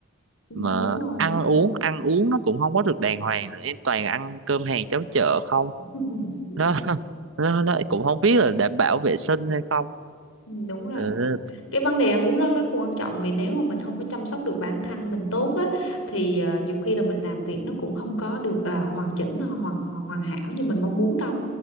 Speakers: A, on the left; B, on the right.
A: Ừ,
B: mà
A: đúng rồi.
B: ăn uống ăn uống nó cũng không có được đàng hoàng nữa em toàn ăn cơm hàng cháo chợ không
A: <laughs>
B: nó <laughs> nó, nó cũng không biết là đảm bảo vệ sinh hay không
A: Ừ, đúng rồi
B: ừ,
A: cái vấn đề ăn uống rất rất quan trọng vì nếu mà mình không có chăm sóc được bản thân mình tốt á thì à, nhiều khi là mình làm việc nó cũng không có được à, hoàn chỉnh nó hoàn hoàn hoàn hảo như mình mong muốn đâu